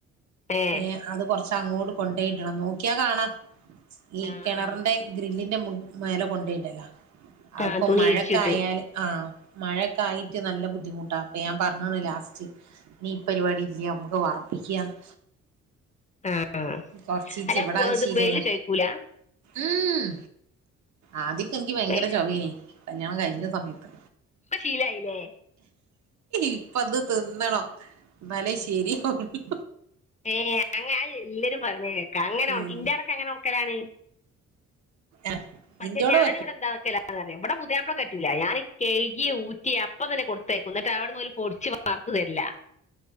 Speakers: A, on the left (about 25°); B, on the right (about 65°).
A: ഏ
B: ഏഹ് അത് കൊറച്ച അങ്ങോട് കൊണ്ടെയിടണം നോക്കിയാ കാണാ ഈ
A: ആ
B: കെണർണ്ടെ
A: ആ
B: ഗ്രില്ലിന്റ മു മേല കൊണ്ടെയിട്ലാ അത്പ്പം
A: ആ തുണി
B: മഴക്കായാല്
A: വിരിച്ചിട്ട്
B: ആഹ് മഴക്കായിട്ട് നല്ല ബുദ്ധിമുട്ടാ അപ്പെ പറഞ്ണ് ലാസ്റ്റ് ഈ പരിപാടി ഇല്ല്യ അമക്ക് വറപ്പിക്യന്ന്
A: ആഹ് അഹ്
B: കൊറച്ചീച്ചെ
A: അല്ല
B: ഇവിടെ
A: പൊ അത്
B: ശീലല്ല
A: വെല് ചയ്ക്കൂല
B: ഉം ആദ്യൊക്കെ എനിക്ക് ഭയങ്കര
A: ഇപ്പൊ
B: ചൊവേയ്നി കല്യാണം കഴിഞ്ഞ സമയത്ത്
A: ശീലായില്ലേ
B: ഇപ്പ അത് തിന്നണം ഇന്നാലേ ശരിയാവൊള്ളു
A: ഏഹ് അങ്ങനെ അയ് എല്ലരും പറിണെത് കേക്കാം അങ്ങനെ
B: ഉം
A: ഒൺക്കി ഇന്റാടെക്കെ അങ്ങനെ ഒണക്കലാണ്
B: ആഹ്
A: പക്ഷെ
B: ഇന്റോടെ
A: ഞാന്
B: പറ്റും
A: വ്ടെ എന്താ വെക്കലാന്നറിയോ ഇബടെ പുതിയാ പ്ലക്ക്‌ പറ്റൂല്ല ഞാന് കെയ്കി ഊറ്റി അപ്പ തന്നെ കൊട്ത്തേയ്ക്കും ന്നട്ട് അവട്ന്നോല് പൊടിച്ച് വർത്ത് തെര്ല്ലാ